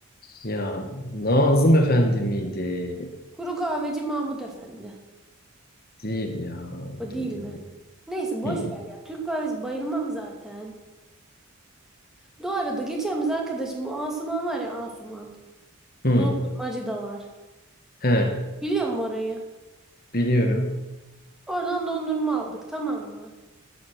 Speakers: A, on the left; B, in the centre.
A: Ya Nazım Efendi miydi?
B: Kuru kahveci Mahmut Efendi.
A: Değil ya.
B: O değil
A: Değil.
B: mi? Neyse boş
A: Hı hı.
B: ver ya. Türk kahvesi bayılmam zaten. Bu arada geçen biz arkadaşım bu Asuman var ya Asuman.
A: Hı.
B: Dondurmacı da var.
A: He,
B: Biliyor musun orayı?
A: biliyorum.
B: Oradan dondurma aldık tamam mı?